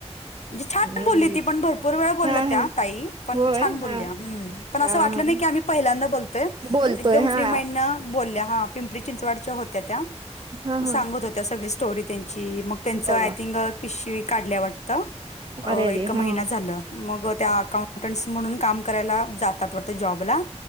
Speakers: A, on the left; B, on the right.
A: म्हणजे छान
B: नाही
A: बोलली ती
B: की.
A: पण भरपुर बरं बोलल्या,
B: हा
A: त्या
B: हा
A: ताई. पण
B: होय
A: छान बोलल्या
B: हा
A: हम् पण
B: हा
A: असं वाटलं
B: हा
A: नाही की आम्ही पहिल्यांदा बोलतोय
B: बोलतोय
A: एकदम
B: हा.
A: फ्री माइंडनं बोलल्या, हा. पिंपरी चिंचवडच्या होत्या त्या.
B: हा
A: मग सांगत
B: हा
A: होत त्या सगळी स्टोरी त्यांची. मग त्यांचं
B: बघा
A: आय थिंक पिशवी काढल्या वाट तं
B: अरे अरे
A: एक महिना
B: हा
A: झालं. मग त्या अकाउंटंस् म्हणून काम करायला जातात जॉबला